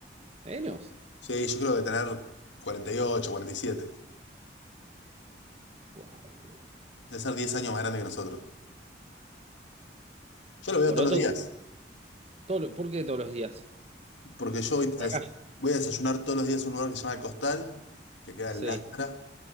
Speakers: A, on the right (about 35°); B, on the left (about 85°).
A: Menos.
B: Sí, yo creo que tener cuarenta cuarenta y ocho cuarenta y siete
A: Wow, boludo.
B: Debe ser diez años más grande que nosotros. Yo lo veo
A: Poroto,
B: todos los días,
A: todo, lo- ¿por qué todos los días?
B: porque yo voy
A: Eh, Por
B: a, des-
A: acá.
B: voy a desayunar todos los días en un lugar que se llama El Costal, que queda
A: Sí,
B: en Lastra.